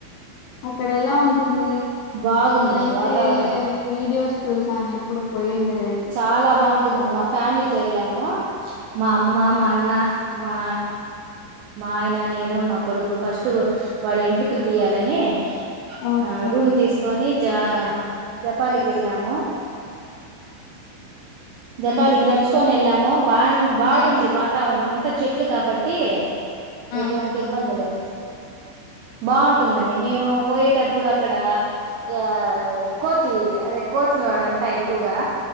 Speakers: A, on the left; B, on the right.
A: అక్కడ ఎలా ఉంటుంది
B: బాగుందండి
A: నేనైతే
B: వాతావరణం
A: వీడియోస్ చూసాను ఇప్పుడు పోయింది లేదు
B: చాలా బాగుంటుందండి మా ఫ్యామిలీతో వెళ్ళాం అమ్మో మా అమ్మ
A: ఓక్
B: మా అన్న మా మా ఆయన నేను మా కొడుకు ఫస్ట్ వాడు వెంట్రుకలు తీయాలని
A: ఓకే
B: ఆ రూమ్ తీసుకొని జా జపాలికి వెళ్న్నాబమ! జపాలికి
A: ఉమ్
B: నడుచకోని ఎల్లాం నాం బా బాగుంది
A: ఉమ్
B: వాతావరణం అంత చెట్లు కాబట్టి
A: ఆ
B: ఎటువంటి ఇబ్బంది లేదు బాగుంటుందండి మేము పోయేటప్పుడు అక్కడ ఆ కోతి అదే కోతిలు ఆడుంటాయి ఎక్కువగా